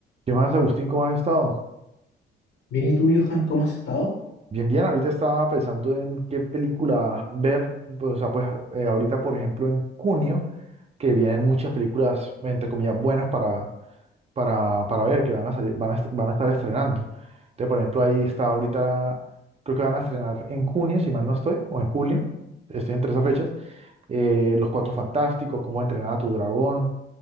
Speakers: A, on the right (about 30°); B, on the left (about 70°).
A: ¿Qué más, Agustín? ¿Cómo has estado?
B: Bien, ¿y tú, Johan, cómo has estado?
A: Bien, bien. Ahorita estaba pensando en qué película ver. Pues, o sea, pues eh, ahorita, por ejemplo, en junio, que vienen muchas películas, entre comillas, buenas para, para, para ver, que van a salir, van a, est- van a estar estrenando. Entonces, por ejemplo, ahí está ahorita, creo que van a estrenar en junio, si mal no estoy, o en julio, estoy entre esas fechas, eh, Los Cuatro Fantásticos, Cómo entrenar a tu dragón,